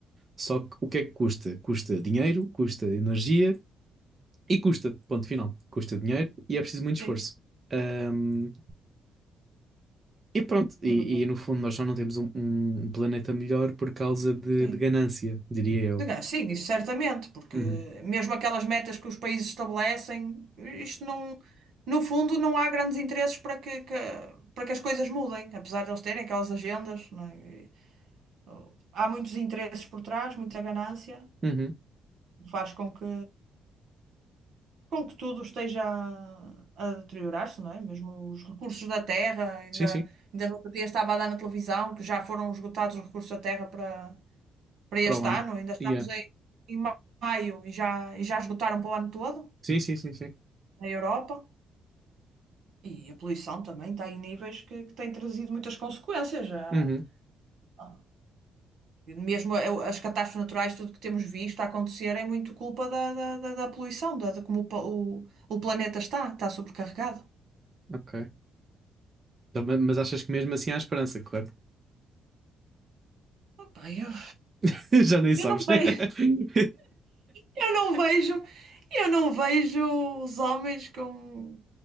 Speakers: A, on the right; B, on the right.
A: Só que o que é que custa? Custa dinheiro, custa energia. E custa, ponto final. Custa dinheiro e é preciso muito esforço.
B: Sim,
A: Ahm, e pronto, e,
B: é verdade.
A: e no fundo nós já não temos um, um planeta melhor por causa de,
B: Sim.
A: de ganância, diria eu.
B: Diga, Sim, isso certamente, porque
A: Uhum.
B: mesmo aquelas metas que os países estabelecem, isto não, no fundo, não há grandes interesses para que, que- para que as coisas mudem, apesar de eles terem aquelas agendas, não é? E, oh, Há muitos interesses por trás, muita ganância,
A: Uhum.
B: faz com que com que tudo esteja a, a deteriorar-se, não é? Mesmo os recursos da terra, ainda,
A: Sim, sim.
B: ainda no outro dia estava a dar na televisão que já foram esgotados os recursos da terra para, para este
A: Para o ano.
B: ano, ainda estamos
A: Yeah.
B: em, em ma- maio e já, e já esgotaram para o ano todo,
A: Sim, sim, sim, sim.
B: na Europa. E a poluição também está em níveis que, que têm trazido muitas consequências. Já.
A: Uhum.
B: ah, Mesmo a- as catástrofes naturais, tudo que temos visto a acontecer é muito culpa da, da, da- da poluição, da, de como o, pa- o, o planeta está, está sobrecarregado.
A: Ok. Então, ma- mas achas que mesmo assim há esperança, correto?
B: Opa, eu-
A: <laughs> Já nem sabes.
B: Eu não vejo,
A: <laughs>
B: eu não vejo, eu não vejo os homens com,